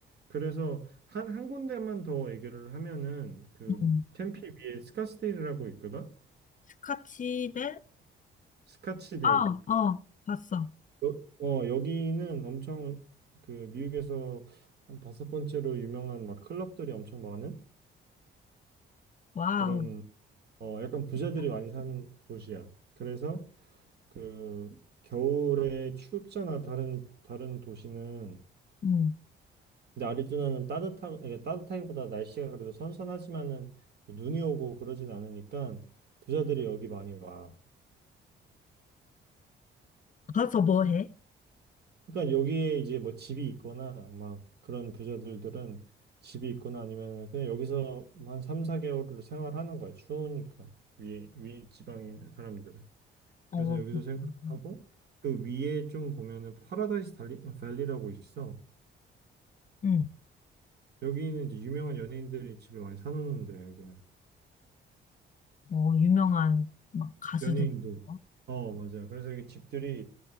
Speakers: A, on the right (about 55°); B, on the left (about 40°).
A: 그래서 한, 한 군데만 더 얘기를 하면은 그
B: 음.
A: 템피 위에 스카스데일이라고 있거든?
B: 스카치 대
A: 스카치데일.
B: 어,
A: 그-
B: 어, 봤어.
A: 여- 어, 여기는 엄청 그 미국에서 한 다섯 번째로 유명한 막 클럽들이 엄청 많은
B: 와우.
A: 그런 어, 약간 부자들이
B: 됐다.
A: 많이 사는 도시야. 그래서 그 겨울에 춥잖아. 다른 다른 도시는
B: 음.
A: 근데 아리조나는 따뜻하, 이게 따뜻하기보다 날씨가 그래도 선선하지만은 눈이 오고 그러진 않으니까 부자들이 여기 많이 와.
B: 가서 뭐 해?
A: 그러니까 여기에 이제 뭐 집이 있거나 막 그런 부자들들은 집이 있거나 아니면 그냥 여기서 뭐한 3, 4개월을 생활하는 거야. 추우니까. 위에, 위 지방에 있는 사람들은.
B: 어,
A: 그래서 여기서
B: 그렇구나.
A: 생활을 하고 그 위에 좀 보면은 파라다이스 달리, 밸리라고 있어.
B: 음.
A: 여기는 이제 유명한 연예인들이 집을 많이 사놓는데 여기는.
B: 어, 유명한 막 가수들.
A: 연예인들.
B: 있고.
A: 어, 맞아요. 그래서 이게 집들이